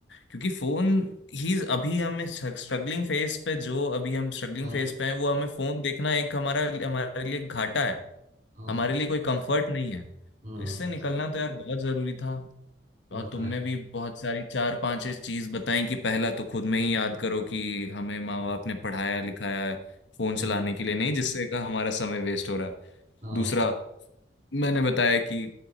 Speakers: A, on the left; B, on the right.
A: क्योंकि फोन ही अभी हम स्ट्रगलिंग फेज पे जो अभी हम स्ट्रगलिंग
B: हाँ
A: फेज पे हैं वो हमें फोन देखना एक हमारा हमारे लिए घाटा है
B: हाँ
A: हमारे लिए कोई कंफर्ट नहीं है तो
B: हम्म
A: इससे निकलना तो यार बहुत जरूरी था
B: वो
A: और
B: तो
A: तुमने
B: है
A: भी बहुत सारी चार पांच चीज बताई कि पहला तो खुद में ही याद करो कि हमें माँ
B: हाँ
A: बाप ने पढ़ाया लिखाया फोन चलाने
B: हम्म
A: के लिए नहीं जिससे का हमारा समय वेस्ट हो रहा है
B: हाँ
A: दूसरा मैंने बताया कि